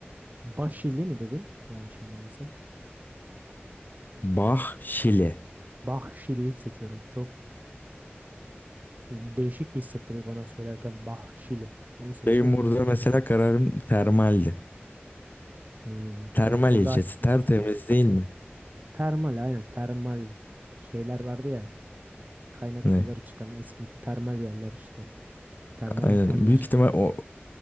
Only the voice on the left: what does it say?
Bahşili.
Benim burada mesela kararım Termal'di.
Termal
ilçesi
tertemiz değil mi?
Ne?
Aynen.
Büyük ihtimal o,